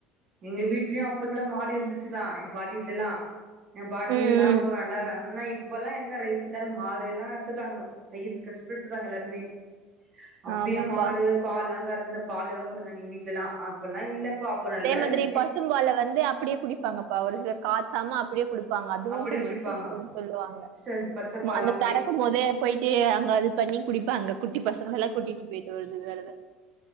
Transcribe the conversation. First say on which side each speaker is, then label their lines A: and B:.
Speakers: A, on the right (about 30°); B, on the right (about 65°).
A: எங்க வீட்லயு அப்பத்துல மாடு இருந்துச்சுதா எங்க பாட்டி வீட்டுலல்லா எ பாட்டி
B: ம்
A: இதல்லா
B: ம்
A: ப நல்லா ஆனா இப்பல்லா எங்க ரீசன்டா மாடு எல்லா எடுத்துட்டாங்க செய்யிரதுக்கு கஷ்டப்படுத்துட்டாங்க எல்லாருமே அப்பயே
B: ஆமாப்பா
A: மாடு பால்லா கறந்து பால் எ பண்ணிந்தாங்க எங்க வீட்லலா அப்படில்லா இல்லப்ப அப்ப நல்லா
B: அந்த மாதிரி
A: இருந்துச்சு
B: பசும்பால வந்து அப்பிடியே குடிப்பாங்கப்பா ஒரு சிலர் காச்சாம அப்பிடியே குடிப் ப்பாங்க அதுவு
A: அப்டியே
B: கொஞ்சு
A: குடிப்பாங்க
B: ஸ்ட்ரெத்துன்னு சொல்லுவாங்க
A: ஸ்ட்ரென்த் பச்ச பாலா
B: அந்த
A: அப்டியே
B: கறக்கும் போதே போயிட்டு அங்க அது பண்ணி குடிப்பாங்க குட்டி பசங்கல்லா கூட்டிட்டு போயிட்டு வந் வருது